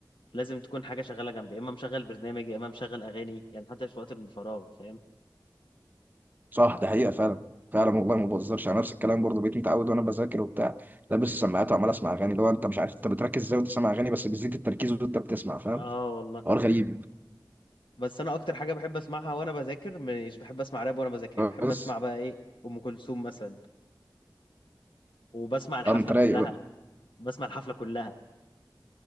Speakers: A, on the left; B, on the right.
A: لازم تكون حاجه شغاله جنبي يا اما مشغل برنامج يا اما مشغل اغاني يعني حتى في وقت الفراغ فاهم
B: صح ده حقيقه فعلا فعلا والله ما بهزرش على نفس الكلام برضو بقيت متعود وانا بذاكر وبتاع لابس السماعات وعمال اسمع اغاني اللي هو انت مش عارف انت بتركز ازاي وانت سامع اغاني بس بيزيد التركيز وانت بتسمع فاهم
A: اه والله
B: حوار غريب
A: بس انا اكتر حاجه بحب اسمعها وانا بذاكر مش بحب اسمع راب وانا بذاكر يعني بحب
B: بس
A: اسمع بقى ايه ام كلثوم مثلا وبسمع الحفله
B: اه انت رايق
A: كلها
B: بقى
A: بسمع الحفلة كلها